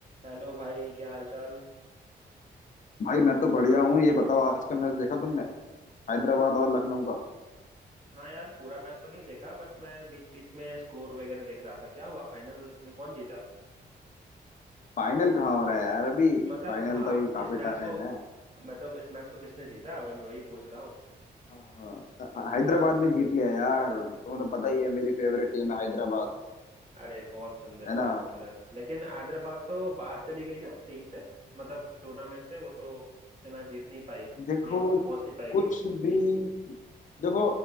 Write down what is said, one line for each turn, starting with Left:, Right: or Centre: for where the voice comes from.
Right: Hello भाई क्या हालचाल
Left: भाई मैं तो बढ़िया हूँ ये बताओ आज का मैच देखा तुमने हैदराबाद और लखनऊ का
Right: हाँ यार पूरा मैच तो नहीं देखा बट मैं बीच बीच में स्कोर वगैरह देख रहा था क्या हुआ फाइनल में कौन जीता
Left: फाइनल कहाँ हो रहा है यार अभी
Right: मतलब
Left: फाइनल
Right: हाँ
Left: तो अभी काफी
Right: इस मैच
Left: टाइम
Right: को
Left: है
Right: मतलब इस मैच को किसने जीता मैं मैं वही पूछ रहा हूँ
Left: हाँ, हैदराबाद ने जीत लिया यार तुम्हें तो पता ही है मेरी फेवरेट टीम है हैदराबाद
Right: अरे बहुत सुंदर
Left: है
Right: बहुत
Left: ना
Right: सुंदर लेकिन हैदराबाद तो बाहर चली गई ना टीम से मतलब टूर्नामेंट से वो तो मैच जीत नहीं पाई
Left: देखो
Right: प्लेऑफ में पहुंच नहीं पाएगी
Left: कुछ
Right: वो
Left: भी देखो